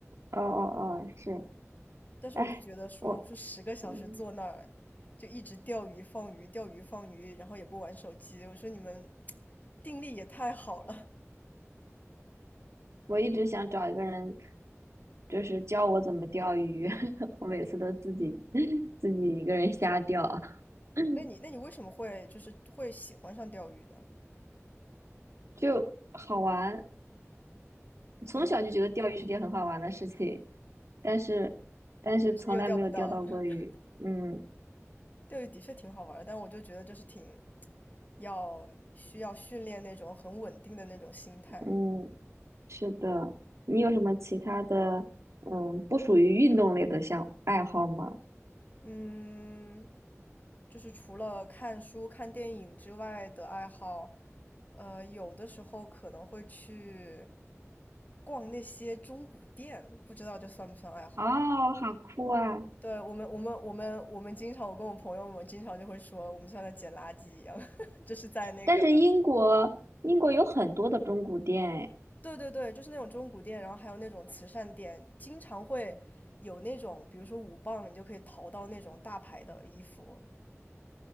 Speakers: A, on the right; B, on the left.
A: 哦哦哦哦，是，
B: 但是我就觉得说，
A: 哎，我
B: 我说十个小时坐那儿就一直钓鱼放鱼，
A: 嗯，
B: 钓鱼放鱼，然后也不玩手机，我说你们定力也太好了。
A: 我一直想找一个人，就是教我怎么钓鱼，<laughs> 我每次都自己 <laughs> 自己一个人瞎钓，<laughs>
B: 那你那你为什么会就是会喜欢上钓鱼呢？
A: 就好玩。从小就觉得钓鱼是件很好玩的事情，
B: 嗯，
A: 但是但是从来没有钓到过鱼，
B: 但是又钓不到 <laughs>，
A: 嗯。
B: 钓鱼的确挺好玩儿的但我就觉得就是挺要需要训练那种很稳定的那种心态。
A: 嗯，是的，你有什么其他的，嗯，不属于运动类的项爱好吗？
B: 嗯，就是除了看书、看电影之外的爱好，呃，有的时候可能会去逛那些中古店，不知道这算不算爱好？
A: 哦，好酷啊！
B: 对，我们我们我们我们经常我跟我朋友们经常就会说，我们像在捡垃圾一样，<laughs> 就是在那个
A: 但是英国，英国有很多的中古店，哎，
B: 对对对，就是那种中古店，然后还有那种慈善店，经常会有那种，比如说五磅，你就可以淘到那种大牌的衣服。